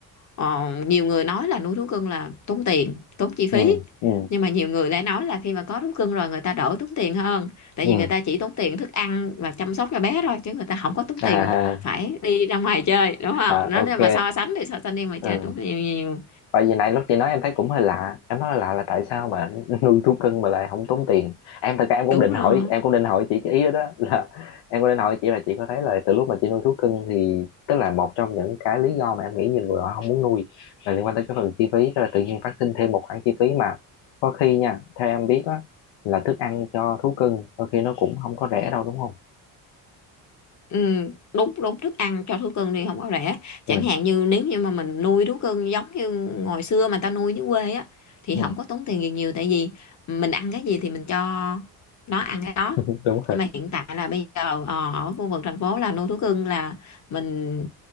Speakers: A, on the left; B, on the left.
A: Ờ, nhiều người nói là nuôi thú cưng là tốn tiền, tốn chi phí.
B: ừ ừ
A: Nhưng mà nhiều người lại nói là khi mà có thú cưng rồi người ta đỡ tốn tiền hơn. Tại
B: ừ
A: vì người ta chỉ tốn tiền thức ăn và chăm sóc cho bé thôi chứ người ta không có tốn
B: à
A: tiền phải đi ra ngoài chơi, đúng
B: <laughs>
A: không? Nó
B: à
A: nếu
B: ok
A: mà so sánh thì so sánh đi ngoài chơi
B: ừ
A: tốn nhiều nhiều.
B: Tại vì nãy lúc chị nói em thấy cũng hơi lạ Em nói lạ là tại sao mà <laughs> nuôi thú cưng mà lại không tốn tiền Em thật ra em cũng
A: Đúng
B: định
A: rồi.
B: hỏi Em cũng định hỏi chị cái ý đó, đó <laughs> là Em cũng định hỏi chị là chị có thấy là từ lúc mà chị nuôi thú cưng Thì tức là một trong những cái lý do mà em nghĩ nhiều người họ không muốn nuôi Là liên quan tới cái phần chi phí Tức là tự nhiên phát sinh thêm một khoản chi phí mà Có khi nha, theo em biết á Là thức ăn cho thú cưng Đôi khi nó cũng không có rẻ đâu đúng không
A: Ừ, đúng đúng thức ăn cho thú cưng thì không có rẻ chẳng
B: Ừ,
A: hạn như nếu như mà mình nuôi thú cưng giống như hồi xưa mà ta nuôi dưới quê á thì
B: ừ,
A: không có tốn tiền gì nhiều tại vì mình ăn cái gì thì mình cho nó ăn cái đó
B: <laughs> đúng rồi
A: nhưng mà hiện tại là bây giờ ờ, ở khu vực thành phố là nuôi thú cưng là mình